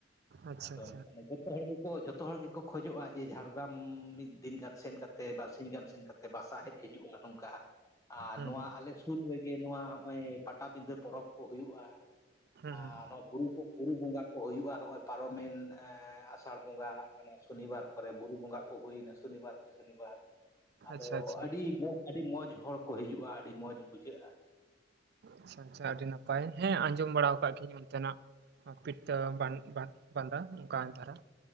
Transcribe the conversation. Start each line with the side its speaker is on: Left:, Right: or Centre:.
Right: ᱟᱪᱪᱷᱟ
Left: ᱟᱫᱚ
Right: ᱟᱪᱪᱷᱟ
Left: ᱢᱟᱱᱮ ᱡᱚᱛᱚ ᱦᱚᱲ ᱜᱮᱠᱚ ᱡᱷᱚᱛᱚ ᱦᱚᱲ ᱜᱮᱠᱚ ᱠᱷᱚᱡᱚᱜᱼᱟ ᱡᱮ ᱡᱷᱟᱲᱜᱨᱟᱢ ᱢᱤᱫ ᱫᱤᱱ ᱜᱟᱱ ᱥᱮᱱ ᱠᱟᱛᱮ ᱵᱟᱨ ᱥᱤᱧ ᱜᱟᱱ ᱥᱮᱱ ᱠᱟᱛ ᱛᱮ ᱵᱟᱥᱟ ᱦᱮᱡ ᱦᱤᱡᱩᱜᱼᱟ ᱱᱚᱝᱠᱟ ᱾ ᱟᱨ
Right: ᱦᱩᱸ
Left: ᱱᱚᱣᱟ ᱟᱞᱮ ᱥᱩᱨ ᱨᱮᱜᱮ ᱱᱚᱣᱟ ᱱᱚᱜᱼᱚᱭ ᱯᱟᱴᱟᱵᱤᱫᱟᱹ ᱯᱚᱨᱚᱵᱽ ᱠᱚ ᱦᱩᱭᱩᱜᱼᱟ ᱾
Right: ᱦᱩᱸ
Left: ᱟᱨ
Right: ᱦᱩᱸ
Left: ᱱᱚᱣᱟ ᱵᱩᱨᱩ ᱵᱩᱨᱩ ᱵᱚᱸᱜᱟ ᱠᱚ ᱦᱩᱭᱩᱜᱼᱟ ᱱᱚᱜᱼᱚᱭ ᱯᱟᱨᱚᱢᱮᱱ ᱮᱻ ᱟᱥᱟᱲ ᱵᱚᱸᱜᱟ ᱢᱟᱱᱮ ᱥᱚᱱᱤᱵᱟᱨ᱾ ᱠᱚᱨᱮ ᱵᱩᱨᱩ ᱵᱚᱸᱜᱟᱜ ᱠᱚ ᱦᱩᱭᱱᱟ ᱥᱚᱱᱤᱵᱟᱨ ᱠᱤ ᱥᱚᱱᱤᱵᱟᱨ᱾ ᱟᱫᱚ
Right: ᱟᱪᱪᱷᱟ ᱟᱪᱪᱷᱟ
Left: ᱟᱹᱰᱤ ᱢᱚᱡᱽ ᱟᱹᱰᱤ ᱢᱚᱡᱽ ᱦᱚᱲ ᱠᱚ ᱦᱤᱡᱩᱜᱼᱟ ᱟᱹᱰᱤ ᱢᱚᱡᱽ ᱵᱩᱡᱷᱟᱹᱜᱼᱟ᱾
Right: ᱟᱪᱪᱷᱟ ᱟᱪᱪᱷᱟ ᱟᱹᱰᱤ ᱱᱟᱯᱟᱭ ᱦᱮᱸ ᱟᱸᱡᱚᱢ ᱵᱟᱲᱟ ᱠᱟᱫ ᱜᱤᱭᱟᱹᱧ ᱚᱱᱛᱮᱱᱟᱜᱼᱼ ᱯᱤᱴᱷᱟᱹ ᱵᱟᱸᱫᱟ ᱚᱱᱠᱟ ᱫᱷᱟᱨᱟ